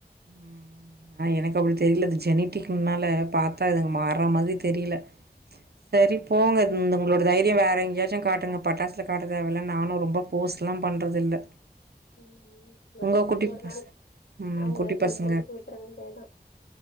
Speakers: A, on the right; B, on the left.
A: ம் ஆனா எனக்கு அப்டி தெரியல அது ஜெனட்டிக்னால பாத்தா இதுங்க மாறுற மாரி தெரியல சரி போங்க உங்களோட தைரியம் வேற எங்கேயாச்சும் காட்டுங்க பட்டாசுல காட்டு தேவல நானும் ரொம்ப ஃபோர்ல்லாம் பண்றது இல்ல
B: உம் வருஷத்துக்கு
A: உங்க குட்டி
B: ஒரு
A: பச
B: நாள்
A: ம்
B: அவங்க
A: குட்டி பசங்க
B: இஷ்டத்துக்கு விட்டுறவ